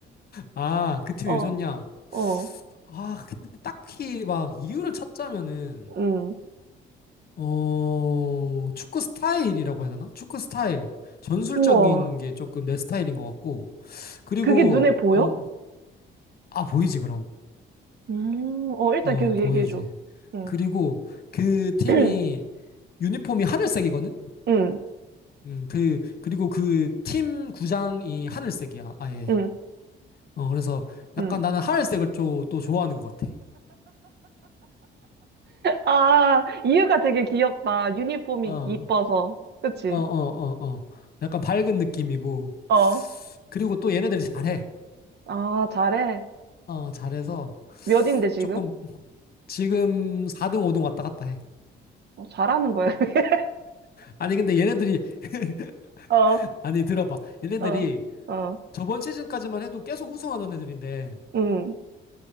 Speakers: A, on the left (about 50°); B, on the right (about 55°).
A: 아, 그 팀이
B: 어,
A: 왜 좋냐?
B: 어,
A: 아, 근데 딱히 막 이유를 찾자면은,
B: 응.
A: 어, 축구 스타일이라고 해야 되나? 축구 스타일. 전술적인
B: 우와.
A: 게 조금 내 스타일인 것 같고, 그리고
B: 그게 눈에 보여?
A: 뭔- 아, 보이지, 그럼.
B: 음, 어, 일단
A: 어,
B: 계속
A: 보이지.
B: 얘기해줘. 응,
A: 그리고 그 팀이
B: <clears throat>
A: 유니폼이 하늘색이거든?
B: 응,
A: 음, 그, 그리고 그 팀 구장이 하늘색이야, 아예.
B: 응,
A: 어, 그래서 약간
B: 응.
A: 나는 하늘색을 좀 또 좋아하는 것 같아.
B: 아, 이유가 되게 귀엽다. 유니폼이
A: 어, 어,
B: 이뻐서. 그치?
A: 어, 어, 어. 약간 밝은 느낌이고.
B: 어.
A: 그리고 또 얘네들이 잘해.
B: 아, 잘해.
A: 어, 잘해서
B: 몇인데 지금?
A: 조금 지금 4등, 5등 왔다 갔다 해.
B: 어, 잘하는 거야. <laughs>
A: 아니, 근데 얘네들이, <laughs>
B: 어,
A: 아니, 들어봐. 얘네들이
B: 어, 어,
A: 저번 시즌까지만 해도 계속 우승하던 애들인데,
B: 응.